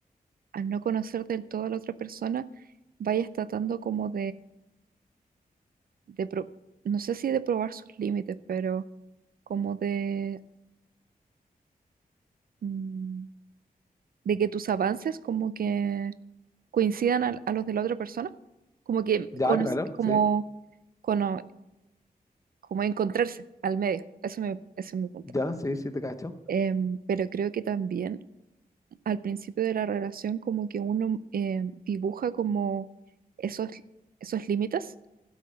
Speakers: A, on the right (about 70°); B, on the left (about 20°).
A: al no conocer del todo a la otra persona, vaya tratando como de pro- no sé si de probar sus límites, pero como de, mm, de que tus avances como que coincidan al- a, los de la otra persona, como que
B: Ya,
A: cono-
B: claro,
A: como,
B: sí.
A: cono- como encontrarse al medio, eso me, eso es mi punto.
B: Ya, sí, sí, te cacho.
A: Em, pero creo que también al principio de la relación como que uno em, dibuja como esos, esos límites